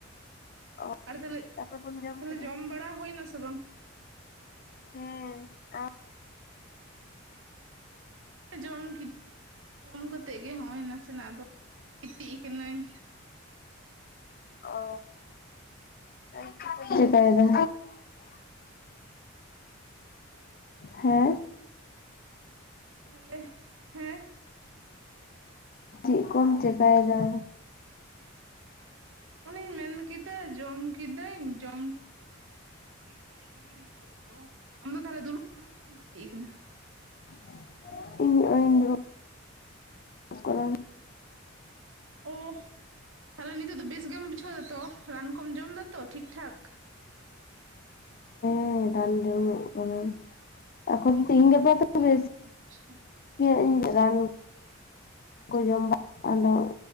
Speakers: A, on the left (about 50°); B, on the right (about 70°).
A: ᱚ
B: ᱟᱨ ᱛᱟᱦᱚᱞᱮ,
A: ᱛᱟᱨᱯᱚᱨ ᱠᱚᱢ
B: ᱛᱟᱦᱚᱞᱮ
A: ᱠᱮᱫᱟ
B: ᱡᱚᱢ ᱵᱟᱲᱟ ᱦᱩᱭᱱᱟ ᱥᱮ ᱵᱟᱝ?
A: ᱦᱮᱸ᱾ ᱟᱢ
B: ᱡᱚᱢ ᱠᱤᱫᱤᱧ, ᱡᱚᱢ ᱠᱟᱛᱮ ᱜᱮ ᱱᱚᱜᱼᱚᱭ ᱱᱟᱥᱮᱱᱟᱜ ᱟᱫᱚ ᱜᱤᱛᱤᱡ ᱠᱟᱹᱱᱟᱹᱧ᱾
A: ᱚᱻ <unintelligible> ᱪᱤᱠᱟᱹᱭᱮᱫᱟ? ᱦᱮᱸ᱾
B: ᱮ ᱦᱮᱸ᱾
A: ᱪᱮᱫ ᱠᱚᱢ ᱪᱤᱠᱟᱭ ᱮᱫᱟ?
B: ᱚᱱᱮᱧ ᱢᱮᱱᱠᱮᱫᱟ ᱡᱚᱢ ᱠᱤᱫᱟᱹᱧ ᱡᱚᱢ᱾ <unintelligible> ᱱᱤᱛᱚᱜ ᱫᱚ, ᱟᱢᱫᱚ ᱛᱟᱦᱚᱞᱮ ᱫᱩᱲᱩᱵ ᱠᱟᱱᱟᱢ ᱥᱮᱢ ᱜᱤᱛᱤᱡ ᱟᱠᱟᱱᱟ?
A: <inaudible> ᱤᱧ ᱟᱭ᱾ <unintelligible> ᱠᱚᱨᱟᱣ
B: ᱚ ᱛᱟᱦᱚᱞᱮ ᱱᱤᱛᱳᱜ ᱫᱚ ᱵᱮᱥ ᱜᱮᱢ ᱵᱩᱡᱷᱟᱹᱣ ᱫᱟᱛᱚ, ᱨᱟᱱ ᱠᱚᱢ ᱡᱚᱢ ᱫᱟᱛᱚ ᱴᱷᱤᱠ ᱴᱷᱟᱠ?
A: ᱦᱮᱸ ᱨᱟᱱ ᱡᱚᱢ ᱦᱩᱭᱩᱜ ᱠᱟᱱᱟ, ᱮᱠᱷᱚᱱ ᱛᱮᱦᱤᱧ ᱜᱟᱯᱟ ᱛᱚ ᱵᱮᱥ
B: ᱟᱪᱪᱷᱟ᱾
A: ᱦᱮᱸ ᱤᱧ ᱨᱟᱱ ᱠᱚ ᱡᱚᱢ ᱵᱟᱲᱟ ᱟᱫᱚ